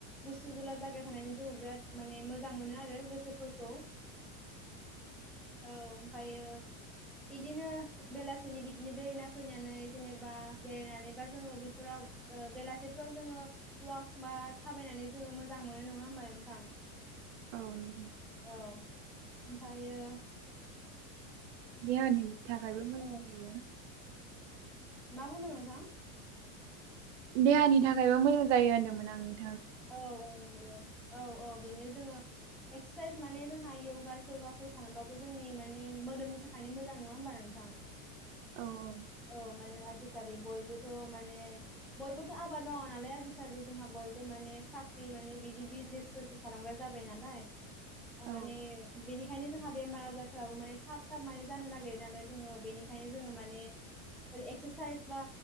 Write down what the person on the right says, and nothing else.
<inaudible>
औ बुं दे
देहानि थाखायबो मोजां
जायो।
देहानि थाखायबो मोजां जायो होनदोंमोन आङो।
औ औ
औ